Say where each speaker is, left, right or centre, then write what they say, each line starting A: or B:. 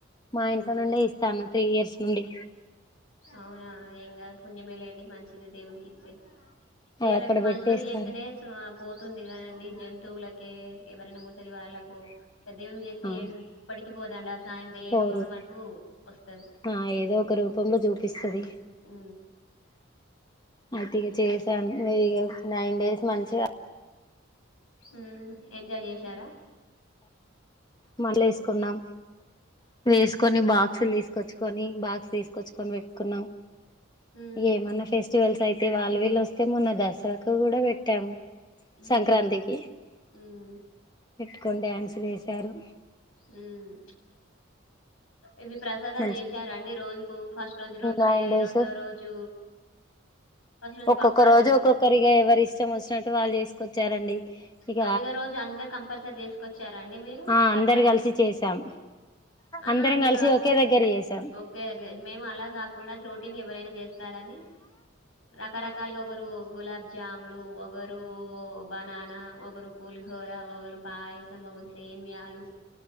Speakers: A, on the left; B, on the left.
A: మా
B: ఉమ్
A: ఇంట్లో నుండే ఇస్తాను త్రీ ఇయర్స్ నుండి
B: అవునా ఏం కాదు పుణ్యమేలేండి మంచిది దేవుని కిస్తే ఇయ్యాల
A: అవి అక్కడ
B: రేపు మనుషులు
A: పెట్టేస్తారు
B: చేత్తేనే పోతుంది కాని అండి జంతు వులకే ఎవరైనా ముసలి వాళ్ళకో ఇట్లా దేవునికి చేత్తే
A: ఆ
B: ఎప్పటికి పోదండి ఆ సాయం దే
A: పోదు
B: రూపంలో మనకు వస్తది
A: ఆ ఏదో ఒక రూపంలో చూపిస్తది
B: హు
A: అయితే ఇగ చేసాను ఇక నైన్ డేస్ మంచిగా
B: హు ఎంజాయ్ చేశార
A: మళ్లేసుకున్నాం వేసుకొని
B: ఉమ్
A: బాక్స్లు తీసుకొచ్చుకొని బాక్స్ తీసుకొచ్చుకొని పెట్టుకున్నాం
B: ఉమ్
A: ఏమన్నా ఫెస్టివల్స్ అయితే వా ళ్లు వీళ్ళు వస్తే మొన్న దసరాకు కూడా పెట్టామ్
B: ఉమ్
A: సంక్రాంతికి
B: ఉమ్
A: పెట్టుకొని డ్యాన్సులు ఎశారు
B: హ్మ్ ఇవి ప్రసాదాలు
A: మంచి
B: చేసారండి రో ఫస్ట్ రోజు రొట్టే
A: నైన్ డేస్
B: రెండో రోజు ఫస్ట్ రోజు
A: ఒక్కొక్క
B: పప్పాలన్నం
A: రోజు ఒక్కొక్కరిగా ఎవరి ఇష్టం వచ్చినట్టు వాళ్ళు చేసు కొచ్చ్చారండి ఇక
B: తొమ్మిదో రోజు అందరు కంపల్సరీ తీసుకొచ్చారా అండి మీరు
A: ఆ
B: ప్రసాదం
A: అందరు కలిసి చేసాం
B: ఆ
A: అందరం
B: ఆ మీరు
A: కలిసి ఒకే దగ్గర చేసాం
B: ఓకే మేము అలా కాకుండా అది రోటీని ఎవరైనా చేస్తారని రకరకాలుగా ఒకరు గులాబ్ జ్యాములు ఒకరు బనానా ఒకరు పులిహోర ఒకరు పాయసం ఒకరు సేమ్యాలు